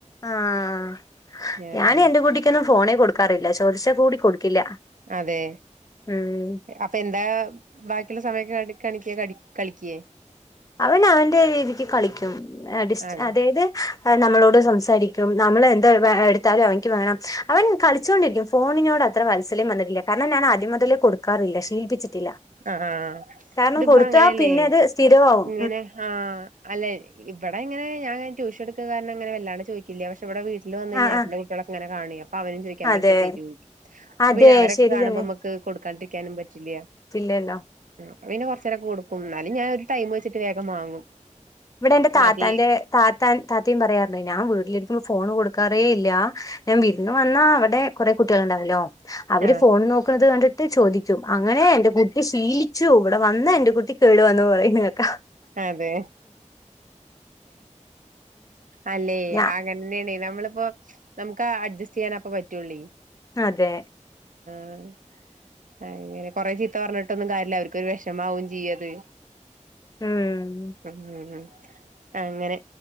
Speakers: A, on the left; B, on the right.
A: ആഹ
B: ആഹ്
A: ഞാന് എന്റെ കൂട്ടിക്കൊന്നും ഫോണേ കൊടുക്കാറില്ല ചോദിച്ച കൂടി കൊടുക്കില്ല
B: അതെ
A: ഉം
B: അപ്പൊ എന്താ ബാക്കിയുള്ള സമയൊക്കെ കണിക കളിക്കേ
A: അവൻ അവന്റെ രീതിക്ക് കളിക്കും ഡിസ്
B: അതെ
A: അതായത് നമ്മളോട് സംസാരി കും നമ്മള് എന്ത് വെ എടുത്താലും അവന്ക്ക് വേണം അവൻ കളിച്ചോണ്ടിരിക്കും ഫോണിനോട് അത്ര വാത്സല്യം വന്നിട്ടില്ല ണം ഞാനാദ്യം മുതലേ കൊടുക്കാറില്ല ശീലിപ്പിച്ചി ല്ല
B: ആഹ് ആഹ്
A: കാരണം
B: ഇതിപ്പോ
A: കൊടുത്താ
B: അങ്ങനെയല്ലേ
A: പിന്നെ അത് സ്ഥിരവാവും
B: ഇങ്ങനെ ആ അല്ലെ ഇവിടെ ഇങ്ങനെ ഞാൻ ട്യൂഷൻ എടുക്കുക കാരണം അങ്ങനെ വല്ലാണ്ട് ചോയിക്കില്ല പക്ഷെ ഇവിടെ വീട്ടിൽ വന്നാഴിഞ്ഞാ
A: ആഹ്
B: ഏട്ടന്റെ
A: ആഹ്
B: കുട്ടികളോക്കെങ്ങനെ കാണി പ്പ അവനും ചോയിക്കും അമ്മന്ക്ക്
A: അതെ
B: തരൊയ്ക്കും
A: അതെ
B: പിന്നെ അവരൊക്കെ
A: ശരി
B: കാണുമ്പോ
A: തന്നെ
B: മ്മക്ക് കൊടുക്കാണ്ടിരിക്കാനും പ പറ്റില്ല
A: <unintelligible>
B: പ്പപിന്നെ കൊറച്ചേരൊക്കെ കൊടുക്കും എന്നാലും ഞാ ഒരു ടൈം വെച്ചിട്ട് വേഗം വാങ്ങും
A: ഇവിടെ എന്റെ താത്താന്റെ
B: മതി
A: താത്ത താത്തയും പറയാറുണ്ട് ഞാൻ വീ ലിരിക്കുമ്പോ ഫോൺ കൊടുക്കാറേ ഇല്ല ഞാൻ വിരുന്ന് വന്നാ അവിടെ കൊറേ കുട്ട്യാൾ ഉണ്ടാവല്ലോ അവര്
B: ആഹ്
A: ഫോണ് നോക്കുന്നത് കണ്ട് ചോദിക്കും അങ്ങനെ എന്റെ കുട്ടി ശീലിച്ചു ഇവിടെ വന്ന് എന്റെ കുട്ടി കേടുുവന്ന് പറയുന്നു കേക്കാ
B: അ അതെ അല്ലേ
A: ഞാ
B: ആകന്നെണ നമ്മളിപ്പോ നമുക്ക് അഡ്ജസ്റ്റ് ചെയ്യാൻ അപ്പ പറ്റുള്ളേ
A: അതെ
B: ഉഹ അ ആങ്ങനെ കൊറെ ചീത്ത പറഞ്ഞിട്ടൊന്നും കാര്യല്ല അവർക്കൊരു വിഷമാവും ചെയ്യത്
A: ഹം
B: ഉം അങ്ങനെ